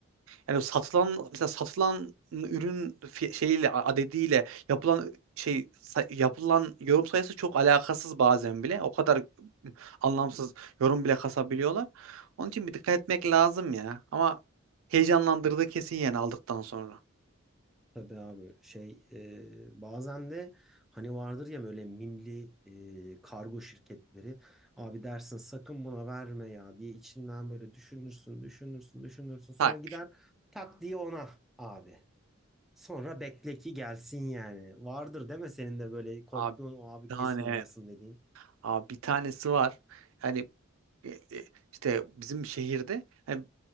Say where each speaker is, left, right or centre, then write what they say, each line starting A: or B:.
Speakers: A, on the right (about 75°); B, in the centre.
A: yani satılan mesela satılan ürün fi- şeyiyle adediyle yapılan şey say- yapılan yorum sayısı çok alakasız bazen bile. O kadar anlamsız yorum bile kasabiliyorlar. Onun için bir dikkat etmek lazım ya. Ama heyecanlandırdı kesin yani aldıktan sonra.
B: Tabii abi şey e, bazen de hani vardır ya böyle mimli e, kargo şirketleri abi dersin sakın buna verme ya diye içinden böyle düşünürsün düşünürsün düşünürsün sonra
A: Tak.
B: gider tak diye ona abi sonra bekle ki gelsin yani vardır değil mi senin de böyle korktuğun
A: Abi
B: o abi
A: bir
B: kesin
A: tane,
B: olmasın dediğin.
A: abi bir tanesi var. Yani e, e, işte bizim şehirde hani